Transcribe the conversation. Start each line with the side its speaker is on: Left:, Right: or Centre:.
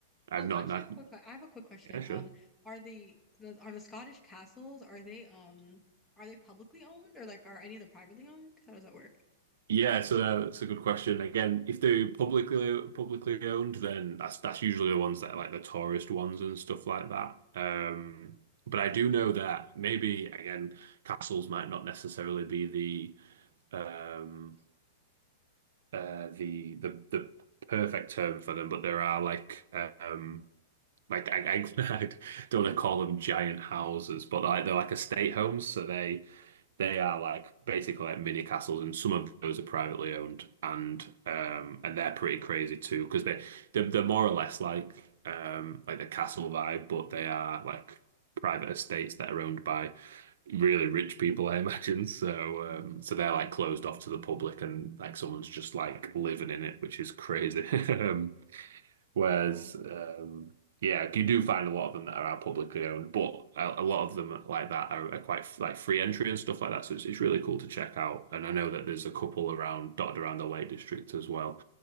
Right: I've
Centre: Oh,
Right: not,
Centre: actually,
Right: not,
Centre: I have a quick que- I have a quick question.
Right: yeah, sure.
Centre: Um, are the, the are the Scottish castles are they um are they publicly owned or like are any of them privately owned? How does that work?
Right: Yeah, so that's a good question. Again, if they're publicly publicly owned, then that's that's usually the ones that are like the tourist ones and stuff like that. Um, but I do know that maybe again, castles might not necessarily be the um uh the the the perfect term for them, but there are like um like I, I, <laughs> I don't want to call them giant houses, but like they're like estate homes, so they they
Centre: Mm,
Right: are like basically like mini castles, and some of those are privately owned, and um, and they're pretty crazy too because they they're, they're more or less like um, like the castle vibe, but they are like private estates that are owned by really rich people, I imagine. So um, so they're like
Centre: mm.
Right: closed off to the public, and like someone's just like living in it, which is crazy. <laughs> Whereas,
Centre: Wow.
Right: um, yeah, you do find a lot of them that are, are publicly owned, but a, a lot of them like that are, are quite like free entry and stuff like that. So it's, it's really cool to check out. And I know that there's a couple around dotted around the Lake District as well.